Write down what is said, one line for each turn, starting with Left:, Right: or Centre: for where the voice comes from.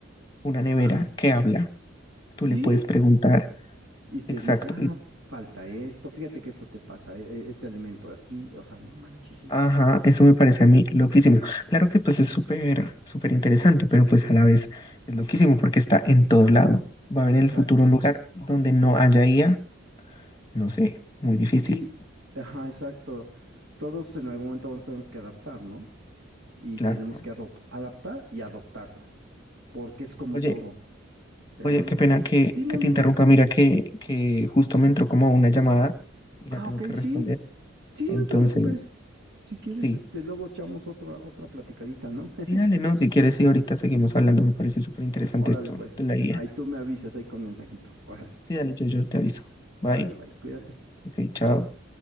Left: una nevera
Right: Ajá.
Left: que habla,
Right: Sí,
Left: tú
Right: sí,
Left: le puedes preguntar,
Right: y te
Left: exacto,
Right: dice, ah,
Left: y,
Right: falta esto, fíjate que esto te pasa, e- e- este alimento aquí, o sea, no manches, ¿eso
Left: ajá,
Right: qué?
Left: eso me parece a mí loquísimo. Claro que pues es súper, súper interesante, pero pues a la vez es loquísimo porque está en todo lado. Va a haber en
Right: Exacto.
Left: el futuro un lugar donde no haya IA, no sé, muy difícil,
Right: Sí, ajá, exacto. Todos en algún momento vamos a tener que adaptar, ¿no? Y
Left: claro,
Right: tenemos
Left: ¿no?
Right: que adop- adaptar y adoptarla, porque es como
Left: Oye,
Right: todo. Pero
Left: oye,
Right: bueno,
Left: qué pena que,
Right: dime,
Left: que
Right: amigo.
Left: te interrumpa, mira que, que justo me entró como una llamada y
Right: Ah,
Left: la tengo
Right: ok,
Left: que responder,
Right: sí, s- sí,
Left: entonces,
Right: no te preocupes. Si quieres,
Left: sí.
Right: este, luego echamos otra, otra platicadita, ¿no? <laughs>
Left: Sí, dale, no, si quieres, sí, ahorita seguimos hablando, me parece súper interesante
Right: Órale,
Left: esto
Right: pues,
Left: de la guía.
Right: ahí tú me avisas ahí con mensajito. Órale,
Left: Sí, dale, yo, yo te aviso. Bye.
Right: órale, bye, cuídate.
Left: Ok, chao.